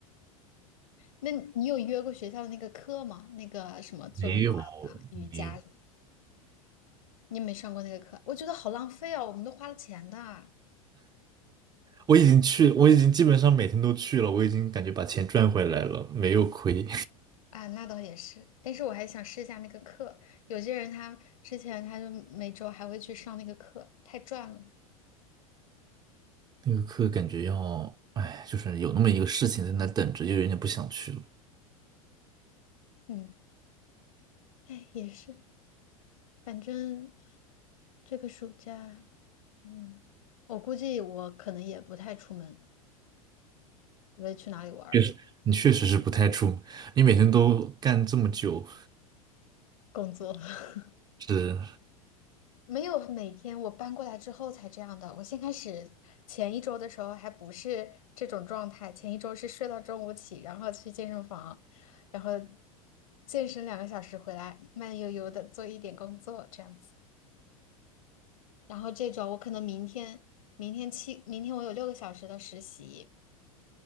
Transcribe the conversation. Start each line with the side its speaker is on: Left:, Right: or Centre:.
Left: 那你有约过学校的那个课吗？那个什么尊巴呀、
Right: 没有
Left: 瑜伽什么？
Right: 没有，
Left: 你有没有上过那个课？我觉得好浪费哦，我们都花了钱的啊。
Right: 我已经去，我已经基本上每天都去了，我已经感觉把钱赚回来了，没有亏。
Left: 那倒也是，但是我还想试一下那个课。有些人他之前他就每周还会去上那个课，太赚了。
Right: 那个课感觉要，哎，就是有那么一个事情在那等着，就有点不想去了。
Left: 嗯，哎，也是，反正这个暑假，嗯，我估计我可能也不太出门，我也去哪里玩儿，
Right: 确实，你确实是不太出，你每天都干这么久，
Left: 工作。<laughs>
Right: 是
Left: 没有每天，我搬过来之后才这样的。我先开始前一周的时候还不是这种状态，前一周是睡到中午起，然后去健身房，然后健身两个小时回来，慢悠悠的做一点工作这样子。然后这种我可能明天，明天七，明天我有六个小时的实习，